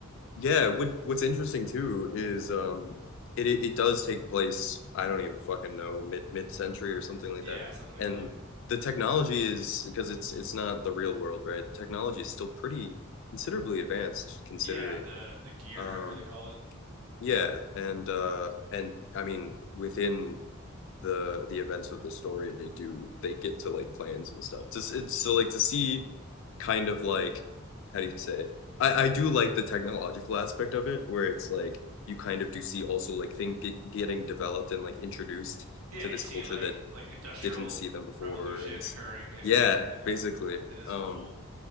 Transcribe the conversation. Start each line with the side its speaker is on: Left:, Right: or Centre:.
Left: Yeah, what what's interesting too is um it it it does take place, I don't even fucking know, mid mid-century or something like
Right: Yeah,
Left: that.
Right: something like
Left: And
Right: that. Yeah,
Left: the technology is because it's it's not the real world, right? Technology is still pretty considerably advanced considering.
Right: Yeah, the the gear
Left: Um
Right: I forgot what they call it.
Left: yeah, and uh and I mean within the the events of the story they do they get to like plans and stuff just it's so like to see kind of like how do you say it? I I do like the technological aspect of it where it's like you kind of do see also like thing get, getting developed and like introduced
Right: Yeah,
Left: to
Right: you
Left: this
Right: see
Left: culture
Right: like
Left: that
Right: like industrial
Left: didn't see
Right: r-
Left: them before
Right: revolution
Left: and
Right: occurring basically.
Left: yeah
Right: Yeah.
Left: basically
Right: It is
Left: um
Right: cool.